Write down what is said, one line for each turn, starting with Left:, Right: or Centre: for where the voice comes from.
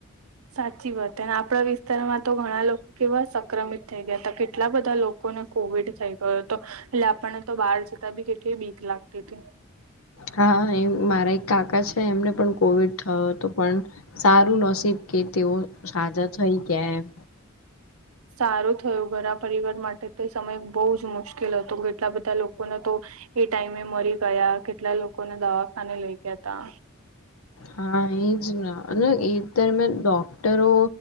Right: સાચી વાત અને આપણા વિસ્તારમાં તો ઘણા લોકો કેવા સંક્રમિત થઈ ગયા હતા, કેટલા બધા લોકો લોકોને કોવિડ થઈ ગયો હતો, એટલે આપણને તો બહાર જતા બી કેટલી બીક લાગતી હતી
Left: હા, એ મારા એક કાકા છે એમને પણ કોવિડ થયો હતો પણ સારું નસીબ કે તેઓ સાજા થઈ ગયા એમ
Right: સારું થયું ઘરા પરિવાર માટે તે સમય બહુ જ મુશ્કેલ હતો કેટલા બધા લોકોને તો એ ટાઈમે મરી ગયા કેટલા લોકોને દવાખાને લઈ ગયા તા
Left: હા, એજ ના અને એ તર મે ડોક્ટરો